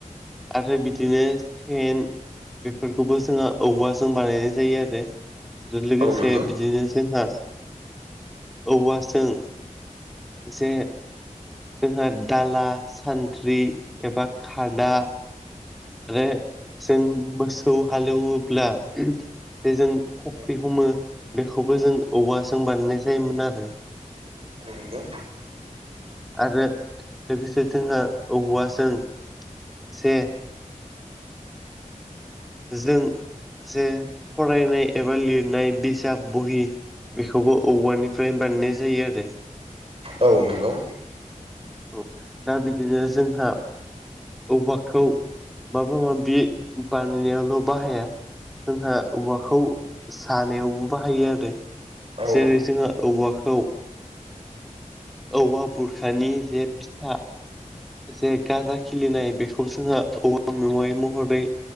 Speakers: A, in the centre; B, on the right.
A: आरो बिदिनो सेन बेफोरखौबो जोंहा औबवाजों बानायनाय जायो आरो आरो लोगोसे
B: औ नंगौ
A: बिदिनो जोंहा औवाजों ज जोंहा दाला सान्द्रि एबा खादा आरो जों मोसौ हालेवोब्ला जे जों खफ्रि
B: औ
A: हमो बेखौबो जों औवाजों बानायनाय जायोमोन आरो
B: बुं न द
A: आरो लोगोसे जोंहा औवाजों से जों जे फरायनाय एबा लिरनाय बिजाब बहि बेखौबो औवानिफ्रायनो बाननाय जायो आरो
B: औ नंगौ
A: औ दा बिदिनो जोंहा औवाखौ माबा माबि बानायनायावल' बाहाया जोंहा औवाखौ सानायावबो बाहायो आरो
B: औ
A: जेरै जोंहा औवाखौ औवा बुरखानि जे फिसा जे गाजा खिलिनाय बेखौ जोंहा औवा मेवै महरै